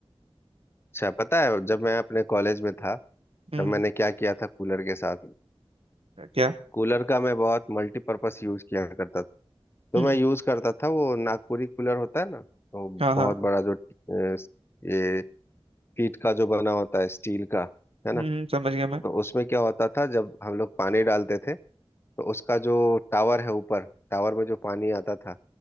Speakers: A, on the left (about 25°); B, on the right (about 70°).
A: अच्छा पता है जब मैं अपने कॉलेज में था
B: हम्म
A: तब मैंने क्या किया था कूलर के साथ
B: क्या
A: कूलर का मैं बहुत मल्टीपर्पस यूज किया करता था तो
B: हम्म
A: मैं यूज करता था वो नागपुरी कूलर होता है ना वो
B: हाँ हाँ
A: बहुत बड़ा जो अ, ये पीठ का जो बना होता है स्टील का है ना
B: हम्म समझ गया मैं
A: तो उसमें क्या होता था जब हम लोग पानी डालते थे तो उसका जो टावर है ऊपर टावर में जो पानी आता था